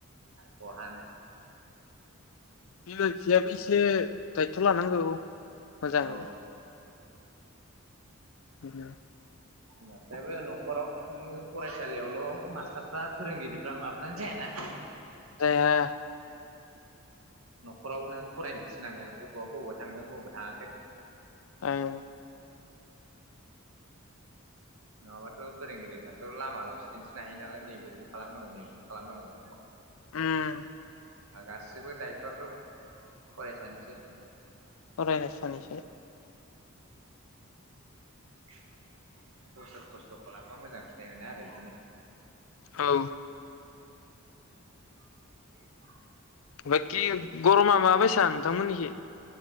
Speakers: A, on the right; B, on the left.
A: बहा हानो।
B: बिमा बिफायाबो एसे दायथ' लानांगौ। मोजाङै
A: औ
B: <inaudible>
A: बिमाफ्रायाबो न'खराव नोङो फरायसालियावल' मास्टारफ्रा फोरोंगिरिफ्रा माबानानै जायाना
B: जाया
A: न'खराव नों फरायनो थिनांगोन गथ'आ बबावबा थांदों बबावबा थाङाखै
B: औ
A: नङाबाथ' फोरोंगिरिफ्राथ' लामाल'सो दिन्थिनो हायो नालाय नैबेखौ खालामनांगौ नैबेखौ खालामनांगौ।
B: उम
A: गासिबो दायथ'आथ' फरायसानिसो
B: अरायनोसा निसै-
A: <unintelligible> बोसोर खस्थ' खालामबा मोजां फि एरेनो आरो बिदिनो।
B: औ
A: <inaudible>
B: बाकि गरमा माबायसा नोंथां मोननिखि?